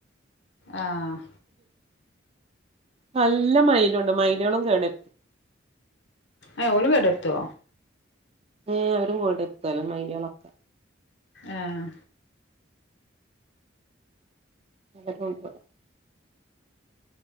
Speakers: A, on the left; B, on the right.
A: ആഹ്
B: നല്ല മയിലുണ്ട് മയിലാളും കേടർ
A: ഏ ഓലു കേടര്ത്തോ
B: ഏ അവരും കേട്ത്തല്ലോ മൈലോളൊക്കെ
A: ഏഹ്
B: <unintelligible>